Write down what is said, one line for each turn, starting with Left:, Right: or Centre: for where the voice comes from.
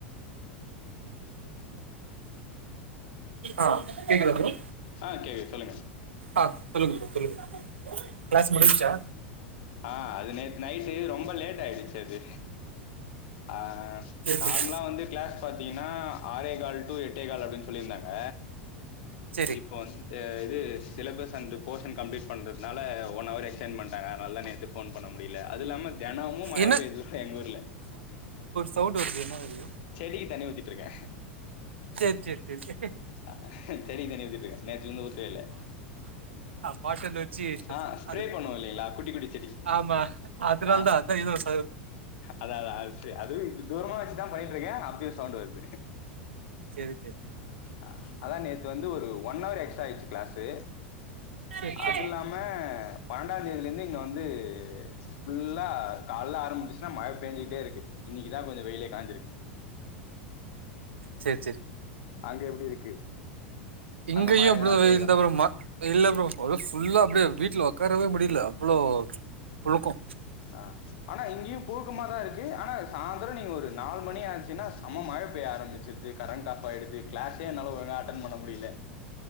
Right: ஆஹ் கேக்குதா ப்ரோ
Left: ஆஹ் கேக்குது சொல்லுங்க
Right: ஆ சொல்லுங்க ப்ரோ சொல்லுங்க க்ளாஸ் முடிஞ்ச்சா
Left: ஆஹ் அது நேத்து நைட்டு ரொம்ப லேட் ஆயிடுச்சு அது அஹ்
Right: சேரி
Left: நார்ம்லா
Right: சேரி
Left: வந்து கிளாஸ் பாத்திங்னா ஆறேகால் டு எட் டேகால் அப்டின் சொல்லிருந்தாங்க
Right: சேரி
Left: இப்போ வந் அ இது சிலபஸ் அன்டு போஷன் கம்ப்ளிட் பண்றத்னால ஒன் ஹவர் எக்ஸ்டன் பண்ட்டாங்க அதனாலதா நேத்து போன் பண்ண முடியலெ அதுல்லாம தெனாமு மழ
Right: என்ன
Left: பெய்து எங்க ஊர்ல
Right: சவுண்டு வருது என்ன வருது
Left: செடிக்கு தண்ணி ஊத்திட்ருக்கே
Right: செர் செர் செரி
Left: ஆஹ் செடிக் தண்ணி ஊத்திட்ருக்கே நேத்லந்து ஊத்வே இல்ல
Right: பாட்டுலு சீ
Left: ஆ ஸ்ப்ரே
Right: அது
Left: பண்ணுவோம் இல்லைங்களா குட்டி குட்டி செடி
Right: ஆமா அதுனால
Left: ஆ
Right: தா அதான் இது ஒரு ச
Left: அதா அதா அது செ அதுவு இது தூரமா வச்சுதா பண்ணிட்ருக்கே அப்பயு சவுண்ட் வருது
Right: செரி செரி
Left: ஆஹ் அதான் நேத் து வந்து ஒரு ஒன் அவர் எக்ஸ்ட்ரா ஆய்ச்சி க்ளாஸ் து
Right: சரி
Left: அதுல்லாம பன்னெண்டா தேதிலந்து இங்க வந்து ஃபுல்லா கால்ல ஆரம்பிச்சிச்னா மழ பேஞ்சுகிட்டே இருக்கு இன்னைக்குதா கொஞ்சொ வெயிலே காஞ்சிருக்கு
Right: சரி
Left: அங்கே எப்டி இருக்கு
Right: இங்கயும்
Left: அங்க மழ
Right: அப்டிதா
Left: எதனா
Right: வெயில்தா
Left: பெய்தா
Right: ப்ரோ மா ‌இல்ல ப்ரோ ஒரு ஃபுல்லா அப்டியே வீட்ல ஒக்காரவே முடில அவ்ளோ புழுக்கொ
Left: ஆஹ் ஆனா இங்கெயு புழுக்கமாதா இருக்கு ஆனா சாந்தரொ நீங்க ஒரு நாலு மணி ஆச்சுன்னா செம மழ பெய்ய ஆரம்பிச்சிர்து கரண்ட் ஆஃப் ஆயிடுது க்ளேஸ் ஏ என்னால ஒழுங்கா அட்டன் பண்ண முடில